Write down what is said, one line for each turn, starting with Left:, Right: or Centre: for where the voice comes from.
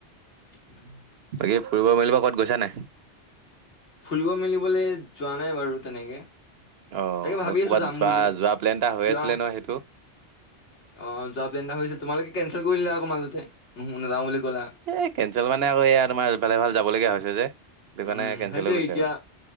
Left: উম,
Right: বাকী ফুৰিব মেলিব <inaudible>
Left: ফুৰিব মেলিবলৈ যোৱা নাই বাৰু তেনেকে।
Right: অ',
Left: তাকে ভাবি
Right: ক'ৰবাত
Left: আছো যাম
Right: যোৱা,
Left: বুলি
Right: যোৱা প্লেন এটা হৈ
Left: কিবা
Right: আছিলে ন সেইটো?
Left: অ', যোৱা প্লেণ এটা হৈছে তোমালোকে কেনচেল কৰি দিলা আকৌ মাজতে। নুহো নাযাওঁ বুলি ক'লা
Right: এই কেনঞ্চেল মানে আকৌ এয়া তোমাৰ ইফাল সিফাল যাবলগীয়া হৈছে যে। এইটো
Left: উম
Right: কাৰণে কেনঞ্চেল
Left: সেইটোয়ে
Right: হৈ গৈছে
Left: এতিয়া
Right: আৰু।